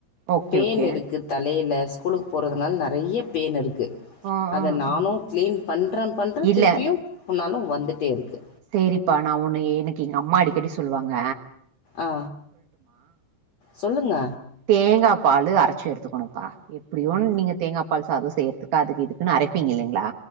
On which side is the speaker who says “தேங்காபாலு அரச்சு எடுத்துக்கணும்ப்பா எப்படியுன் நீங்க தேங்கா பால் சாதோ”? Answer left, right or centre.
Right